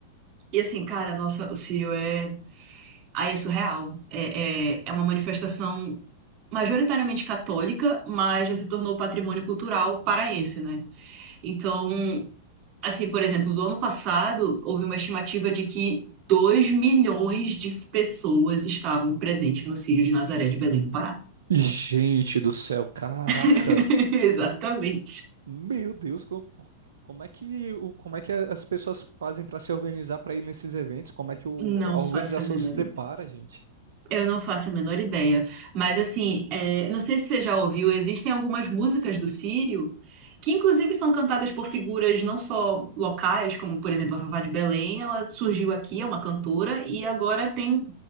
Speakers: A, on the right; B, on the right.
A: E assim, cara, nossa, o Círio é. Aí é surreal. É, é, é uma manifestação majoritariamente católica, mas já se tornou patrimônio cultural paraense, né? Então. Assim, por exemplo, do ano passado, houve uma estimativa de que 2 milhões de pessoas estavam presentes no Círio de Nazaré de Belém do Pará.
B: Gente do céu, caraca.
A: <laughs> Exatamente.
B: Meu Deus, co- como, é que o- como é que as pessoas fazem para se organizar para ir nesses eventos? Como é que o-
A: Não
B: a organização
A: faço a menor
B: se prepara,
A: ideia.
B: gente?
A: Eu não faço a menor ideia. Mas, assim, é, não sei se você já ouviu, existem algumas músicas do Círio que, inclusive, são cantadas por figuras não só locais, como, por exemplo, a Fafá de Belém. Ela surgiu aqui, é uma cantora,
B: Hum,
A: e agora tem.